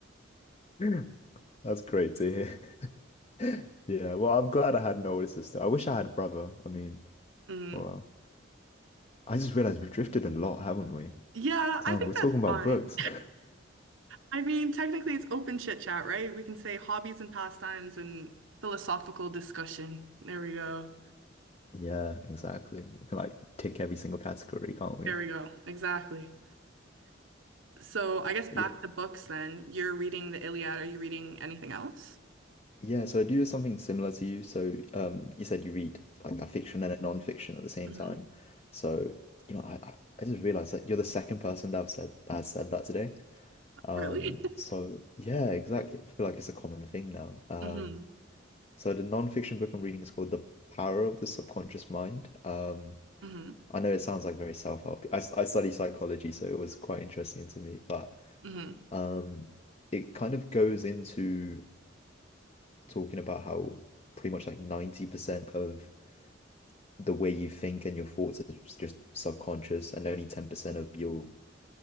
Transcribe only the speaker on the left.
<gasps> <laughs> That's great to hear. <laughs> Yeah, well, I'm glad I had an older sister. I wish I had a brother. I mean,
well, I just realized we've drifted a lot, haven't we?
Damn,
we're talking
about
books. <laughs>
Yeah, exactly. We can like tick every single category, can't we?
Yeah.
Yeah, so I do something similar to you. So, um, you said you read like a fiction and a non-fiction at the same
time. So, you know, I I I just realized that you're the second person that I've said that has said that today. Um,
so yeah, exactly. I feel like it's a common thing now. Um,
so the non-fiction book I'm reading is called The Power of the Subconscious Mind. Um,
I know it sounds like very self-help. I, I study psychology, so it was quite interesting to me, but
um, it kind of goes into talking about how pretty much like 90% of the way you think and your thoughts is just subconscious, and only 10% of your